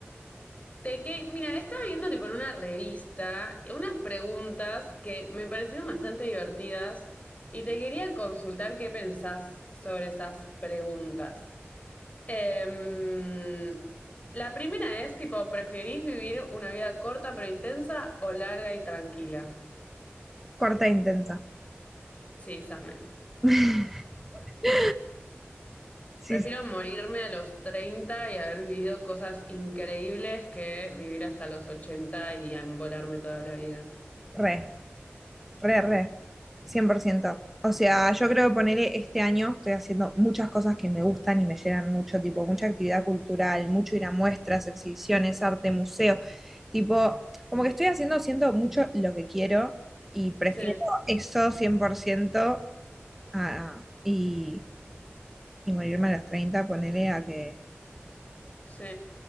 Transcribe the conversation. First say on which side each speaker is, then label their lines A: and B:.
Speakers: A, on the left (about 35°); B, in the centre.
A: te que, mira, estaba viendo tipo en una revista unas preguntas que me parecieron bastante divertidas y te quería consultar qué pensás sobre esas preguntas. Em, la primera es tipo, ¿preferís vivir una vida corta pero intensa o larga y tranquila?
B: corta e intensa.
A: Sí, Same.
B: <laughs> Sí,
A: Prefiero
B: sí,
A: <laughs> morirme a los 30 y haber vivido cosas increíbles que vivir hasta los 80 y embolarme toda la vida.
B: re, re, re, cien por ciento. O sea, yo creo que ponerle este año estoy haciendo muchas cosas que me gustan y me llenan mucho, tipo mucha actividad cultural, mucho ir a muestras, exhibiciones, arte, museo. Tipo, como que estoy haciendo, siento mucho lo que quiero y prefiero
A: Sí,
B: eso 100% a, y, y morirme a los 30 ponerle a que
A: sí.